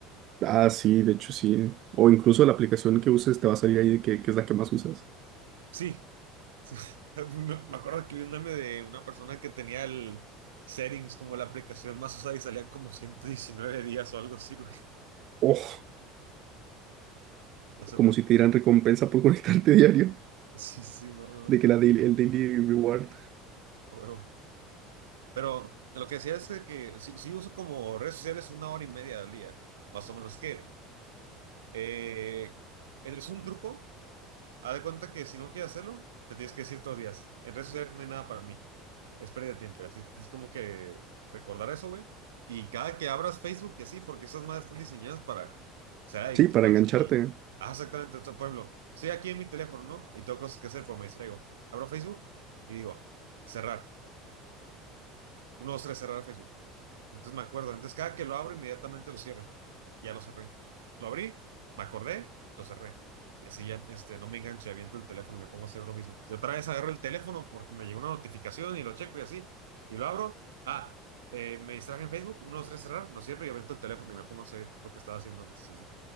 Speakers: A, on the right; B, on the right.
A: Ah, sí, de hecho sí. O incluso la aplicación que uses te va a salir ahí de que, que es la que más usas.
B: Sí, <laughs> Me me acuerdo que vi un meme de una persona que tenía el settings como la aplicación más usada y salían como 119 días o algo así, güey.
A: Oh,
B: No sé
A: como
B: por
A: si
B: qué.
A: te dieran recompensa por <laughs> conectarte diario,
B: Sí, sí, sí, no, no,
A: de
B: no,
A: que la daily- el daily reward.
B: a huevo. Pero lo que decía es de que sí, sí uso como redes sociales una hora y media al día, más o menos. Que eh, es un truco Haz de cuenta que si no quieres hacerlo, te tienes que decir todos los días. En redes sociales no hay nada para mí. Es pérdida de tiempo. Y así es como que recordar eso, güey. Y cada que abras Facebook, que sí, porque esas madres están diseñadas para ser adictivas
A: Sí, para engancharte.
B: y. Ah, exactamente. Entonces, por ejemplo, estoy aquí en mi teléfono, ¿no? Y tengo cosas que hacer, pero me distraigo. Abro Facebook y digo, cerrar. Uno, dos, tres, cerrar Facebook. Entonces me acuerdo. Entonces cada que lo abro, inmediatamente lo cierro. Ya lo cerré. Lo abrí, me acordé, lo cerré. Y así ya este, no me enganché, aviento el teléfono y me pongo a hacer lo mismo. Y otra vez agarro el teléfono porque me llegó una notificación y lo checo y así. Y lo abro. Ah, eh, me distraje en Facebook, uno, dos, tres, cerrar, lo cierro y aviento el teléfono y me pongo a hacer lo que estaba haciendo antes. Y así,